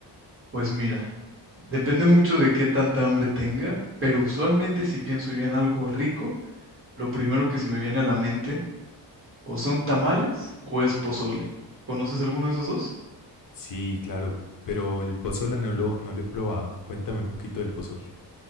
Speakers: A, on the right; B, on the left.
A: pues mira, depende mucho de qué tanta hambre tenga, pero usualmente si pienso yo en algo rico, lo primero que se me viene a la mente O son tamales o es pozole. ¿Conoces alguno de esos dos?
B: Sí, claro, pero el pozole no lo, no lo he probado. Cuéntame un poquito del pozole.